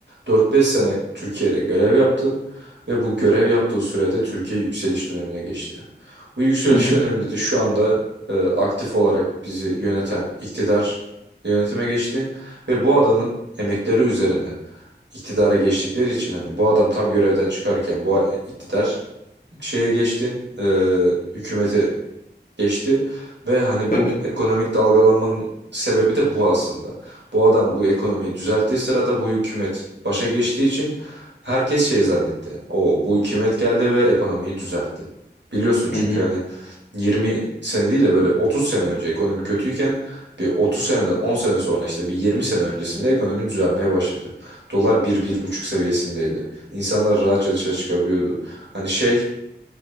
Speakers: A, on the right; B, on the left.
A: 4-5 sene Türkiye'de görev yaptı ve bu görev yaptığı sürede Türkiye yükseliş dönemine geçti. Bu yükseliş
B: Hı hı.
A: döneminde de şu anda e, aktif olarak bizi yöneten iktidar yönetime geçti ve bu adamın emekleri üzerine iktidara geçtikleri için hani bu adam tam görevden çıkarken bu iktidar şeye geçti, e, hükümete geçti ve hani
B: Hı
A: bu
B: hı.
A: ekonomik dalgalanmanın sebebi de bu aslında. Bu adam bu ekonomiyi düzelttiği sırada bu hükümet başa geçtiği için herkes şey zannetti. O bu hükümet geldi ve ekonomiyi düzeltti. Biliyorsun çünkü
B: Hı hı.
A: hani 20 sene değil de böyle 30 sene önce ekonomi kötüyken bir 30 seneden 10 sene sonra işte bir 20 sene öncesinde ekonomi düzelmeye başladı. Dolar bir bir buçuk seviyesindeydi. İnsanlar rahatça dışarı çıkabiliyordu. Hani şey